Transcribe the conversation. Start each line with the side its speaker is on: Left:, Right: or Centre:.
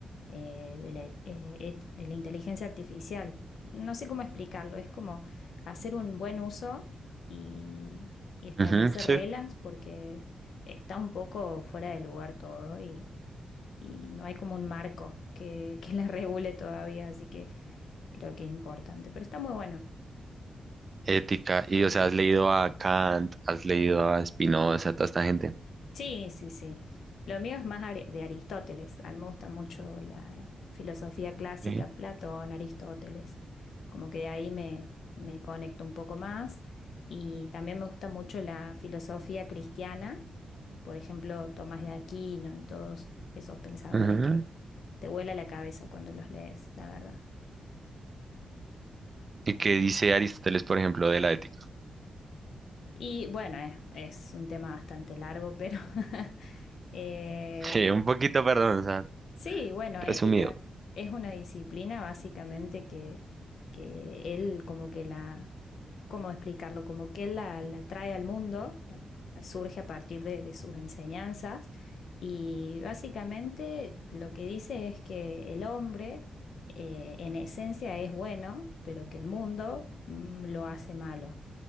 Left: eh, de la, eh, et- de la inteligencia artificial. No sé cómo explicarlo, es como hacer un buen uso y, y establecer
Right: Ujú, sí.
Left: reglas porque está un poco fuera de lugar todo y, y no hay como un marco que, <laughs> que la regule todavía, así que creo que es importante. Pero está muy bueno.
Right: Ética. Y, o sea, has leído a Kant, has leído a Spinoza, a toda esta gente.
Left: Sí, sí, sí. Lo mío es más ari- de Aristóteles. A mí me gusta mucho la filosofía clásica,
Right: Ok.
Left: Platón, Aristóteles. Como que ahí me, me conecto un poco más. Y también me gusta mucho la filosofía cristiana, por ejemplo, Tomás de Aquino y todos esos pensadores
Right: Ujú.
Left: que te vuela la cabeza cuando los lees, la verdad.
Right: ¿Y qué dice Aristóteles, por ejemplo, de la ética? <laughs>
Left: Y bueno, es, es un tema bastante largo, pero <laughs> eh,
Right: Sí, un poquito, perdón, o sea,
Left: Sí, bueno,
Right: resumido.
Left: ética es una disciplina básicamente que, que él como que la, ¿cómo explicarlo? Como que él la, la trae al mundo, la- surge a partir de, de sus enseñanzas y básicamente lo que dice es que el hombre eh, en esencia es bueno, pero que el mundo mm, lo hace malo